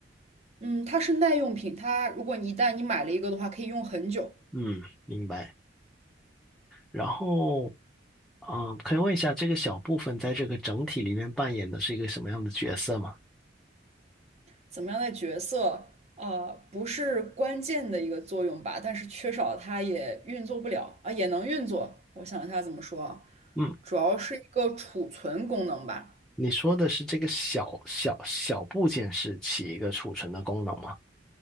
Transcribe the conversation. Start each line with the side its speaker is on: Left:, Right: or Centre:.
Right: 嗯，它是耐用品，它如果你一旦你买了一个的话，可以用很久。
Centre: 嗯，明白。然后，嗯、可以问一下这个小部分在这个整体里面扮演的是一个什么样的角色吗？
Right: 怎么样的角色，呃，不是关键的一个作用吧，但是缺少它也运作不了啊，也能运作。我想一下怎么说啊，
Centre: 嗯，
Right: 主要是一个储存功能吧。
Centre: 你说的是这个小小小部件是起一个储存的功能吗？